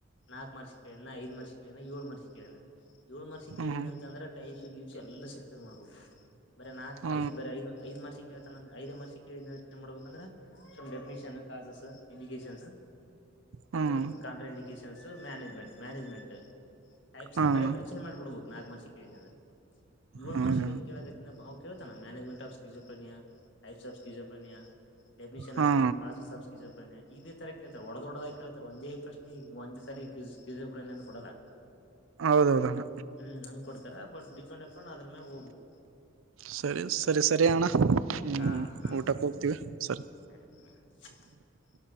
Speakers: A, on the left; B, on the right.
A: ನಾಕ್ ಮಾರ್ಕ್ಸಗ ಕೇಳ್ಯಾನ ಐದ ಮಾರ್ಕ್ಸಗ ಕೇಳ್ಯಾನ ಏಳು ಮಾರ್ಕ್ಸಗ ಕೇಳ್ಯಾನ ಏಳು ಮಾರ್ಸಿಗ್
B: ಹ್ಮ್
A: ಕೇಳಿದ್ನಂತಂದ್ರ ಟೈಪ್ಸ್ ಗೀಪ್ಸಿ ಎಲ್ಲ ಸೆಕ್ಷನ್ ಮಾಡ್ಬೇಕು ಬರೆ ನಾಕ್
B: ಹ್ಮ್
A: ಐದ ಬರೆ ಐದ್ ಐದ್ ಮಾರ್ಕ್ಸಿಗೆ ಕೇಳ್ತಾನ ಐದೇ ಮಾರ್ಕ್ಸಿಗೆ ಕೇಳಿದ್ನ ಏನ್ ಮಾಡ್ಬೇಕಂದ್ರೆ ಸಂ ಡೆಫಿನಿಷನ್ ಕಾಸಸ್ ಇಂಡಿಕೇಶನ್ಸ್
B: ಹ್ಮ್
A: ಅದ್ರದ್ದ contraindications management management types
B: ಹ್ಮ್
A: ನ ಬರೆ ಮೆನ್ಷನ್ ಮಾಡ್ಬಿಡ್ಬೇಕು ನಾಕ್ ಮಾರ್ಕ್ಸೀಗ್ ಕೇಳಿದ್ನಂದ್ರ ಏಳ
B: ಹೌದ
A: ಮಾರ್ಕ್ಸೀಗ ಕೇಳಕತ್ತಿದ್ನಪ್ಪ ಅವ್ ಕೇಳ್ತಾನ management of schizophrenia types of schizophrenia definition
B: ಹಾ
A: of causes of schizophrenia ಇದೇ ತರ ಕೇಳ್ತಾರೆ ಒಡದೊಡದಾಗ ಕೇಳ್ತಾರೆ ಒಂದೇ ಪ್ರಶ್ನೆ ಈ ಒಂದ ಸ ಸ್ಕಿಜೋ ಪ್ರೇನಿಯ ಕೊಡಲ್ಲ
B: ಹೌದೌದಣ್ಣ
A: ಹ್ಮ ಹಂಗ್ ಕೊಡ್ತಾರ ಬಟ್ ಡಿಪೆಂಡ್ ಅದ್ರ ಮ್ಯಾಗ ಹೋಗ್ಬಕು
B: ಸರಿ ಸರಿ ಸರಿ ಅಣ್ಣ ಹ್ಮ
A: ಹಾ ಹಾ
B: ಊಟಕ್ಕೆ
A: ಹಾ
B: ಹೋಗ್ತೀವಿ ಸರಿ
A: <inaudible>